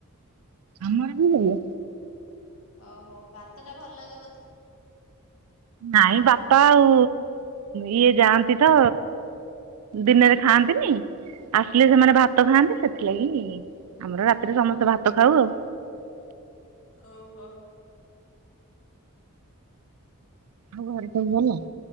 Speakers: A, on the right; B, on the left.
A: ଆମରବି ହୁଏ।
B: ଓହୋ ଭାତଟା ଭଲ ଲାଗେ ବୋ
A: ନାଇଁ ବାପା ଆଉ ଇଏ ଯାଆନ୍ତିତ ଦିନରେ ଖାଆନ୍ତିନି ଆସିଲେ ସେମାନେ ଭାତ ଖାଆନ୍ତି ସେଥିଲାଗି ଆମର ରାତିରେ ସମସ୍ତେ ଭାତ ଖାଉ ଆଉ।
B: ଓହୋ।
A: ଆଉ ଘରେ ସବୁ ଭଲ?